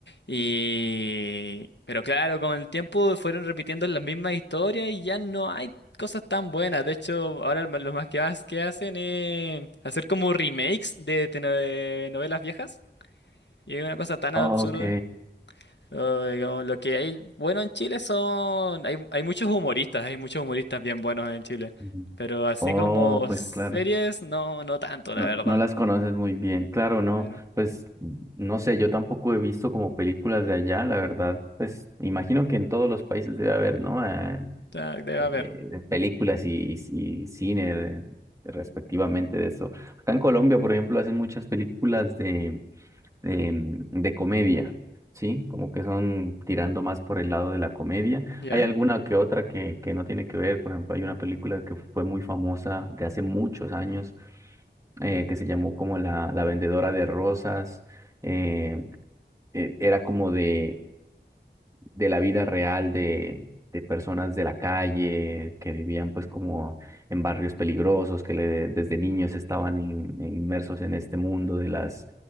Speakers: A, on the left; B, on the right.
A: Y... Pero claro, con el tiempo fueron repitiendo las mismas historias y ya no hay cosas tan buenas. De hecho, ahora lo lo más que, has- que hacen es hacer como remakes de, teno- de novelas viejas. Y es una cosa tan
B: Ok.
A: absurda. Ay, como lo que hay bueno en Chile son... Hay, hay muchos humoristas, hay muchos humoristas bien buenos en Chile.
B: Ujú.
A: Pero así
B: Oh,
A: como
B: pues
A: series,
B: claro.
A: no, no tanto,
B: No,
A: la verdad.
B: no las conoces muy bien, claro, no,
A: Claro.
B: pues no sé, yo tampoco he visto como películas de allá, la verdad, pues imagino que en todos los países debe haber, ¿no? Eh,
A: Ya, debe haber.
B: eh, películas y, y cine de- respectivamente de eso. Acá en Colombia, por ejemplo, hacen muchas películas de, de, de comedia, ¿sí? Como que son tirando más por el lado de la comedia.
A: ¿Ya?
B: Hay alguna que otra que, que no tiene que ver, por ejemplo, hay una película que fue muy famosa de hace muchos años eh, que se llamó como la, la vendedora de rosas. eh, eh, era como de, de la vida real de, de personas de la calle que vivían pues como en barrios peligrosos, que le- desde niños estaban in- inmersos en este mundo de las,